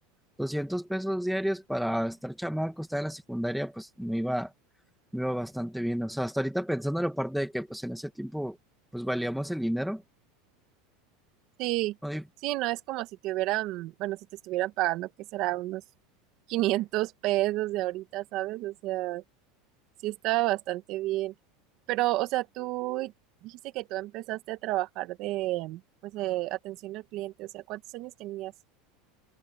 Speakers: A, in the centre; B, on the right (about 45°).
A: 200 pesos diarios para estar chamaco, estar en la secundaria, pues me iba me iba bastante bien. O sea, hasta ahorita pensando en la parte de que pues en ese tiempo pues valíamos el dinero.
B: Sí,
A: No, Y,
B: sí, no es como si te hubieran, bueno, si te estuvieran pagando, que será unos 500 pesos de ahorita, ¿sabes? O sea, Sí, estaba bastante bien. Pero, o sea, tú dijiste que tú empezaste a trabajar de, pues, de atención al cliente. O sea, ¿cuántos años tenías?